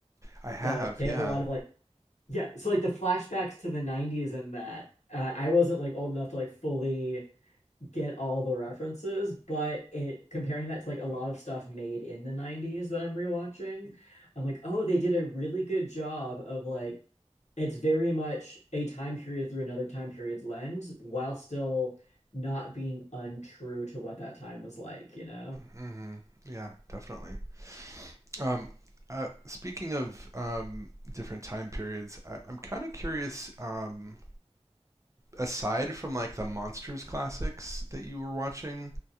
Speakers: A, on the right; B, on the left.
A: I have,
B: but they
A: yeah,
B: have a lot of like, yeah, so like the flashbacks to the 90s in that. Uh, I wasn't like old enough to like fully get all the references, but it comparing that to like a lot of stuff made in the 90s that I'm rewatching, I'm like, oh, they did a really good job of like it's very much a time period through another time period's lens while still not being untrue to what that time was like, you know?
A: hmm yeah, definitely. Um, uh, speaking of um, different time periods, I, I'm kind of curious. Um, aside from like the monsters classics that you were watching,